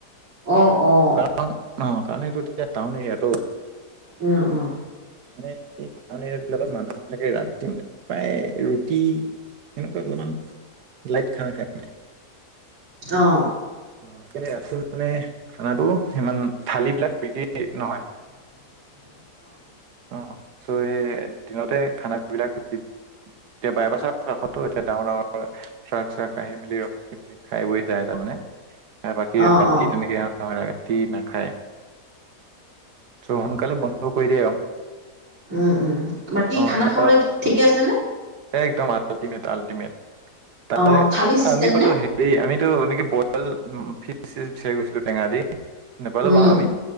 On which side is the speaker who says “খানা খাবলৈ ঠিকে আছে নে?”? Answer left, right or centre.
Right